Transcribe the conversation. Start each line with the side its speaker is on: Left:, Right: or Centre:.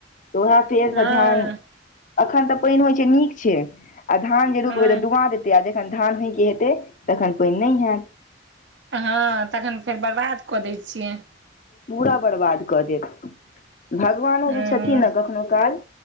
Left: तो है <unintelligible> फेर
Right: हँ
Left: सँ धान अखन तऽ पाइन होइ छै नीक छै आ धान जे
Right: हँ
Left: रुकबै तऽ डुबते दे किया जेखन धान नीक के हेतै तखन पाइन नहि हैत
Right: हाँ तखन फेर बर्बाद क दै छियै
Left: पूरा बर्बाद कऽ देत भगवानो
Right: हँ
Left: जे छथिन न कखनो काल